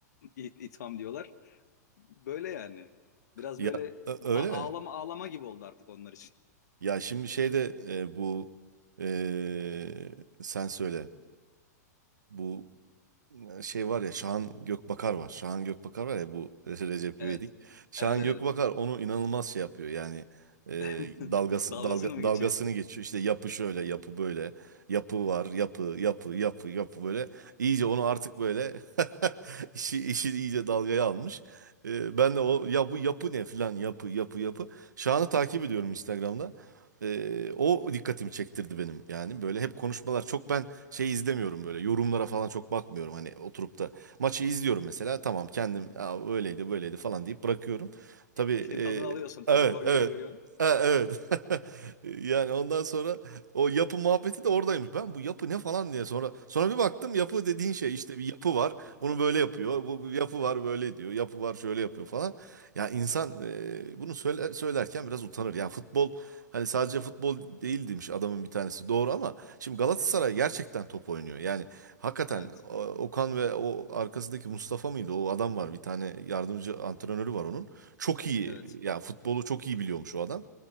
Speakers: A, on the left; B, on the right.
A: İ- itham diyorlar. Böyle yani. Biraz
B: Ya
A: böyle
B: ö- öyle
A: a- ağlama
B: mi?
A: ağlama gibi oldu artık onlar için.
B: Ya şimdi şeyde e, bu e, sen söyle. Bu Ee, şey var ya Şahan Gökbakar var. Şahan Gökbakar var ya bu <laughs> Re- Recep
A: Evet.
B: İvedik. Şahan
A: Evet evet.
B: Gökbakar onu inanılmaz şey yapıyor yani e,
A: <laughs>
B: dalgası
A: Dalgasını
B: dalga,
A: mı geçiyor?
B: dalgasını geçiyor. İşte yapı şöyle, yapı böyle, yapı var, yapı, yapı, yapı, yapı böyle. İyice onu artık böyle <laughs> işi işi iyice dalgaya almış. E, ben de o ya bu yapı ne filan yapı yapı yapı. Şahan'ı takip ediyorum Instagram'da. Ee, o dikkatimi çektirdi benim yani böyle hep konuşmalar çok ben şey izlemiyorum böyle yorumlara falan çok bakmıyorum hani oturup da maçı izliyorum mesela tamam kendim "Aa, öyleydi böyleydi falan deyip bırakıyorum tabii
A: İ- İşin
B: e,
A: tadını alıyorsun tabii.
B: evet
A: Golleri
B: evet
A: görüyorsun.
B: Ha, evet <laughs> yani ondan sonra o yapı muhabbeti de oradaymış ben bu yapı ne falan diye sonra sonra bir baktım yapı dediğin şey işte bir yapı var onu böyle yapıyor bu bu yapı var böyle diyor yapı var şöyle yapıyor falan ya insan e, bunu söyle, söylerken biraz utanır ya futbol Hani sadece futbol değil demiş adamın bir tanesi. Doğru ama şimdi Galatasaray gerçekten top oynuyor. Yani hakikaten
A: Evet.
B: o- Okan ve o arkasındaki Mustafa mıydı? O adam var. Bir tane yardımcı antrenörü var onun. Çok iyi.
A: Evet.
B: Ya futbolu çok iyi biliyormuş o adam.